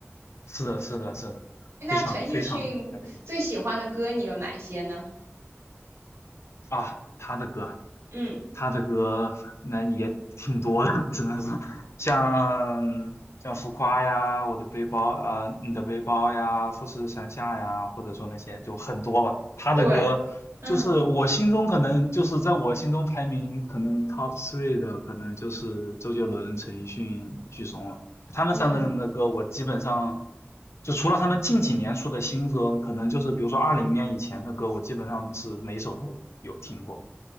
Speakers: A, on the left (about 75°); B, on the right (about 80°).
A: 是的，是的，是的，
B: 那陈奕迅最喜欢的歌你有哪一些呢？
A: 非常非常厉害的一个。啊，他的歌，
B: 嗯
A: 他的歌那也挺多的，只能说像像浮夸呀，我的背包啊、呃你的背包呀，富士山下呀，或者说那些就很多吧。他的歌就是我心中可能就是在我心中排名可能
B: 对，嗯，
A: top three 的，可能就是周杰伦、陈奕迅、许嵩了。就他们三个人的歌，
B: 嗯，
A: 我基本上就除了他们近几年出的新歌，可能就是比如说二零年以前的歌，我基本上是每首都有听过。